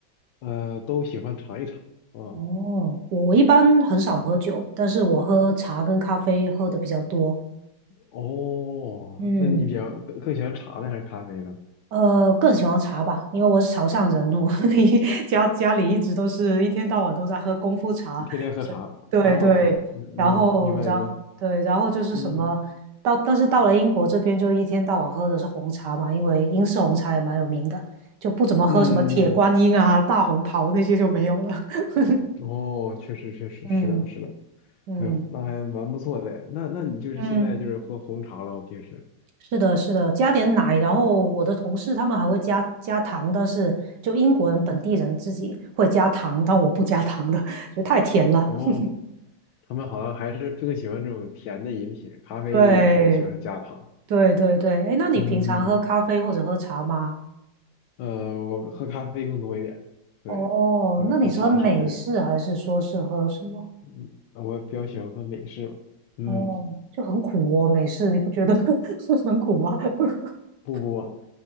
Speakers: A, on the left; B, on the right.
A: 呃，都喜欢尝一尝啊。
B: 哦，我我一般很少喝酒，但是我喝茶跟咖啡喝的比较多。
A: 哦，
B: 嗯。
A: 那你比较更喜欢茶呢还是咖啡呢？
B: 呃，更喜欢茶吧，因为我是潮汕人，我 <laughs> 一家家里一直都是一天到晚都在喝功夫茶，
A: 天天喝茶啊？
B: 是对对，
A: 了解，
B: 然后然后对，
A: 明白明白，
B: 然后就是什么，
A: 嗯
B: 到但是到了英国这边就一天到晚喝的是红茶嘛，因为英式红茶也蛮有名的，就不怎么喝什么铁观音啊、
A: 嗯，嗯
B: 大红袍那些就没有了。<laughs>
A: 嗯哦，确实确实是的是的，
B: 嗯嗯
A: 哎呦，那还蛮不错的，那那你就是现在就是喝红茶喽，
B: 嗯。
A: 平时。
B: 是的，是的，加点奶，然后我的同事他们还会加加糖，但是就英国人本地人自己会加糖，但我不加糖的，<laughs> 觉得太甜了。
A: 哦，
B: <laughs>
A: 他们好像还是更喜欢这种甜的饮品，咖啡也是喜欢加糖。
B: 对，对对对，哎，那你平常喝咖啡或者喝茶吗？
A: 嗯嗯，呃，我喝咖啡更多一点，对，
B: 哦，
A: 呃，
B: 那你是喝美式还是说是喝什么？
A: 喝茶少一点。嗯，我比较喜欢喝美式吧嗯，
B: 哦，就很苦哦，美式，你不觉得 <laughs> 是很苦吗？<laughs>
A: 不不不，